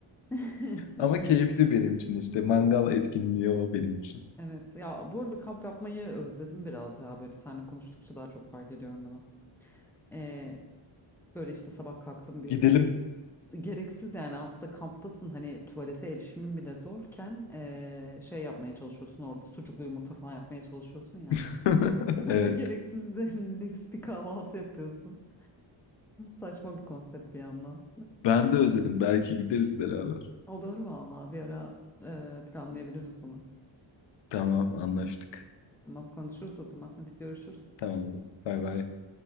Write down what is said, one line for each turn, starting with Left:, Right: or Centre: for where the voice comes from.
Centre: <laughs>
Left: Ama keyifli benim için işte. Mangal etkinliği o benim için.
Centre: Evet ya bu arada kamp yapmayı özledim biraz ya böyle seninle konuştukça daha çok fark ediyorum bunu. Ee, böyle işte sabah kalktım bir
Left: Gidelim.
Centre: Gereksiz yani aslında kamptasın hani tuvalete erişimin bile zorken eee, şey yapmaya çalışıyorsun orada sucuklu yumurta falan yapmaya çalışıyorsun ya.
Left: <laughs>
Centre: <laughs> Böyle
Left: Evet.
Centre: gereksiz de lüks bir kahvaltı yapıyorsun. Saçma bir konsept bir yandan.
Left: Ben de özledim. Belki gideriz beraber.
Centre: Olur vallahi bir ara eee, planlayabiliriz bunu.
Left: Tamam, anlaştık.
Centre: Tamam konuşuruz o zaman hadi görüşürüz.
Left: tamam Bay bay.